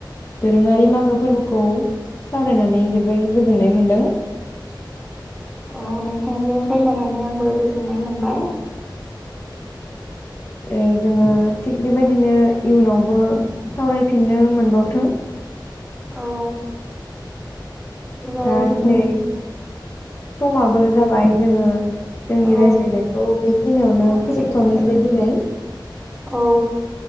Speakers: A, on the left; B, in the centre.
A: दोरोङारि मागो फोरबोखौ सावरायनानै जोबोर गोजोननाय मोनदों।
B: औ नोंथांजों रायलायनानै आंबो गोजोननाय मोनबाय
A: औ जोङो थिग बे बायदिनो इयुनावबो सावरायफिननो मोनबावथों
B: औ होमबा
A: दा
B: जोंनि
A: दिनै
B: बे
A: समाबो जाबाय जोङो जोंनि
B: औ
A: रायज्लायनायखौ बेखिनियावनो
B: सावरायनायखौ
A: फोजोबथ'नोसै
B: बेखिनियावनो
A: दिनै
B: औ